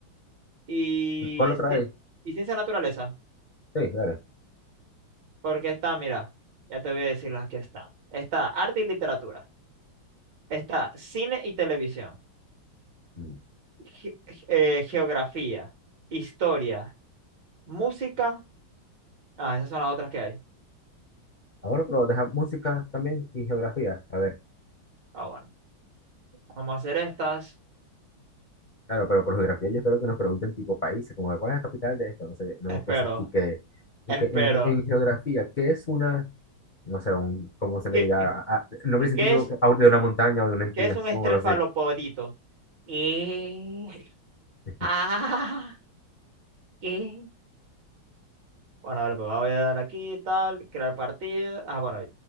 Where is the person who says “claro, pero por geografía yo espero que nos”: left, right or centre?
Left